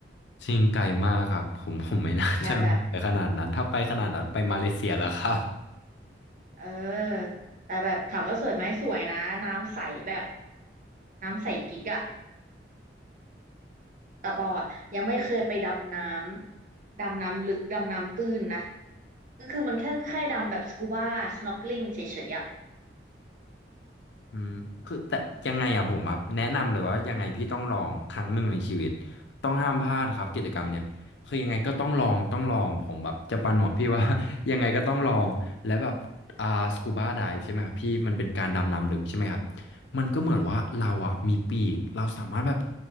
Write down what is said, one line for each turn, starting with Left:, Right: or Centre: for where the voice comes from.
Left: จริงไกลมากครับผมผมไม่น่าจะลงไปขนาดนั้นถ้าไปขนาดนั้นไปมาเลเซียแล้วครับ
Right: แต่แบบเออแต่แบบถามว่าสวยไหมสวยนะน้ำใสแบบน้ำใสกิ๊กอ่ะ แต่ปออะยังไม่เคยไปดำน้ำดำน้ำลึกดำน้ำตื้นนะก็คือมันแค่แค่ดำแบบสกูบาสน็อกลิ n งเฉยๆอะ
Left: อืมคือแต่ยังไงอะผมแบบแนะนำเลยว่ายังไงพี่ต้องลองครั้งหนึ่งในชีวิตต้องห้ามพลาดครับกิจกรรมเนี่ยคือยังไงก็ต้องลองต้องลองผมแบบจะประหนวดพี่ว่า <laughs> ยังไงก็ต้องลองแล้วแบบอ่าสกูบาไดฟ์ใช่ไหมครับพี่มันเป็นการดำน้ำลึกใช่ไหมครับมันก็เหมือนว่าเราอะมีปีกเราสามารถแบบ